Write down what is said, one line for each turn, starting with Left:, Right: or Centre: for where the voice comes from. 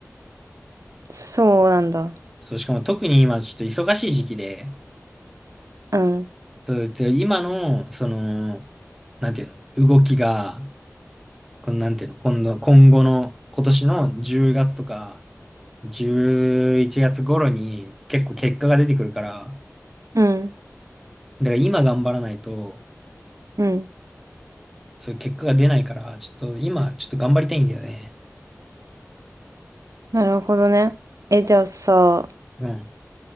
Right: そうなんだ。
Centre: そう、しかも特に今ちょっと忙しい時期で、
Right: うん。
Centre: そう、で今の、その、なんていうの、動きが、このなんていうの、今度、今後の、今年の10月とか、11月頃に結構結果が出てくるから、
Right: うん。
Centre: だから今頑張らないと、
Right: うん。
Centre: そういう結果が出ないから、ちょっと今、ちょっと頑張りたいんだよね。
Right: なるほどね。え、じゃあさ、
Centre: うん。